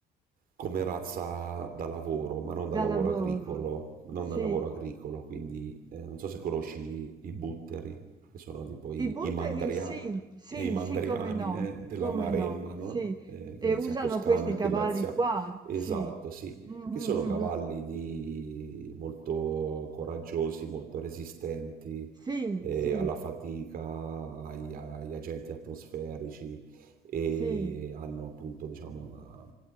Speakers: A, on the right (about 60°); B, on the right (about 25°).
A: come razza da lavoro, ma non
B: da
A: da lavoro
B: lavoro,
A: agricolo, non
B: sì.
A: da lavoro agricolo, quindi eh, non so se conosci i butteri, che sono tipo i,
B: I butteri
A: i mandria-
B: sì, sì,
A: e i mandriani
B: sì, come no,
A: eh, della
B: come
A: Maremma,
B: no,
A: no?
B: sì.
A: Eh,
B: E
A: quindi
B: usano
A: sia Toscana
B: questi cavalli
A: che Lazia,
B: qua,
A: esatto,
B: sì.
A: sì,
B: Mm, mm,
A: che sono
B: mm,
A: cavalli
B: mm.
A: di- molto coraggiosi, molto resistenti
B: Sì,
A: eh,
B: sì,
A: alla fatica, agli, agli agenti atmosferici e
B: sì,
A: hanno appunto diciamo, una,